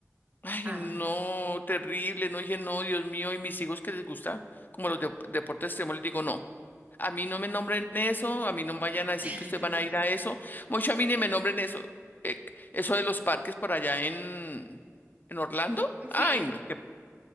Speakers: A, on the left (about 35°); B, on the right (about 30°).
A: Ay,
B: Ah,
A: no,
B: sí.
A: terrible, no dije, no, Dios mío, y mis hijos que les gusta como los dep- deportes extremos, les digo, no. A mí no me nombren eso, a mí no me vayan a decir
B: <laughs>
A: que ustedes van a ir a eso. Mucho a mí ni me nombren eso. eh, eso de los parques por allá en, en Orlando. Ay,
B: Sí.
A: no, que,